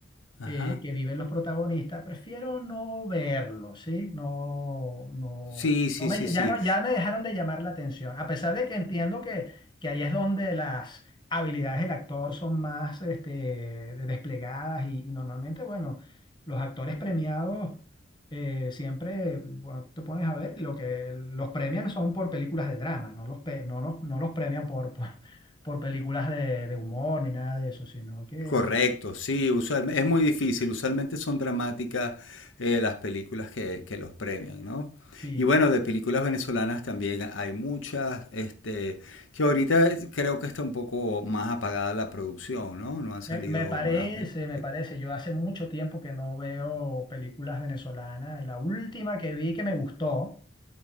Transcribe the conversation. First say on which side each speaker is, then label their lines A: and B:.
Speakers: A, on the left; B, on the left.
A: Ajá.
B: eh, que viven los protagonistas, prefiero no verlo, ¿sí? No, no,
A: Sí, sí,
B: no me,
A: sí, sí.
B: ya, no, ya me dejaron de llamar la atención, a pesar de que entiendo que, que ahí es donde las habilidades del actor son más este, de- desplegadas y, y normalmente, bueno, los actores premiados eh, siempre bueno, te pones a ver, lo que los premian son por películas de drama, no los, pe- no los, no los premian por, por, por películas de, de humor ni nada de eso, sino que...
A: Correcto, sí, usualmente, es muy difícil, usualmente son dramáticas eh, las películas que, que los premian, ¿no?
B: Sí,
A: Y bueno, de películas venezolanas también hay muchas, este, que ahorita creo que está un poco más apagada la producción, ¿no? No han salido
B: Me, me parece,
A: nuevas películas.
B: me parece. Yo hace mucho tiempo que no veo películas venezolanas. y La última que vi que me gustó,